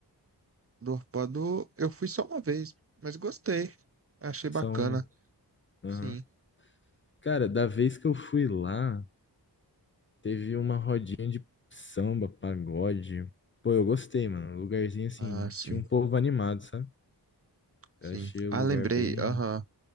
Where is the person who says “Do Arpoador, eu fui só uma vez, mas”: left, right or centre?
Right